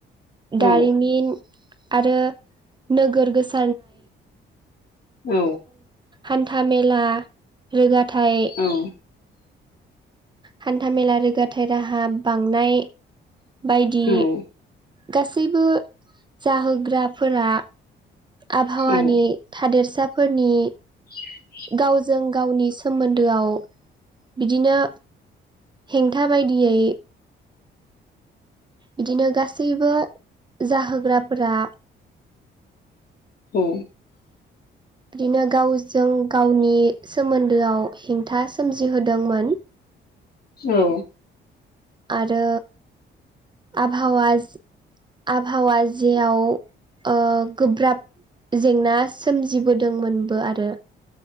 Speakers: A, on the right (about 25°); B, on the left (about 50°).
A: दारिमिन
B: औ
A: आरो नोगोर गोसा
B: औ
A: हान्था मेला रोगाथाइ
B: औ
A: हान्थामेला रोगाथाय राहा बांनाय बायदि
B: औ औ
A: गासैबो जाहोग्राफोरा आबहावानि
B: औ
A: थादेरसाफोरनि
B: <inaudible>
A: गावजों गावनि सोमोन्दोआव बिदिनो हेंथा बायदियै बिदिनो गासैबो जाहोग्राफोरा
B: औ
A: <unintelligible> बिदिनो गावजों गावनि सोमोन्दोआव हेंथा सोमजिहोदोंमोन।
B: औ
A: आरो आबहावा आबहावा जेयाव ओ गोब्राब जेंना सोमजिबोदोंमोनबो आरो।